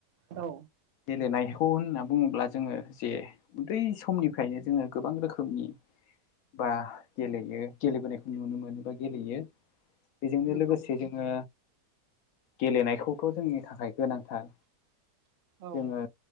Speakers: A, on the right; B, on the left.
A: नामा औ
B: गेलेनायखौ होनना बुङोब्ला जोङो जे उन्दै समनिफ्रायनो जोङो गोबां रोखोमनि बा गेलेयो गेलेबोनायखौ नुनो मोनोबा गेलेयो बेजोंनो
A: नंगौ
B: लोगोसे जोङो गेलेनायखौथ' जोंनि थाखाय गोनांथार
A: औ
B: जोङो